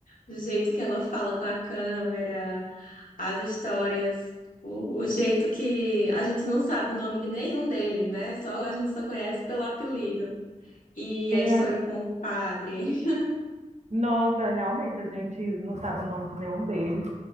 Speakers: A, on the left; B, on the right.
A: Do jeito que ela fala com a câmera, as histórias, o, o jeito que a gente não sabe o nome de nenhum deles, né? Só a gente só conhece pelo apelido. E
B: Tem
A: a história
B: a-
A: com o padre.
B: Nossa, realmente, a gente não sabe o nome de nenhum deles.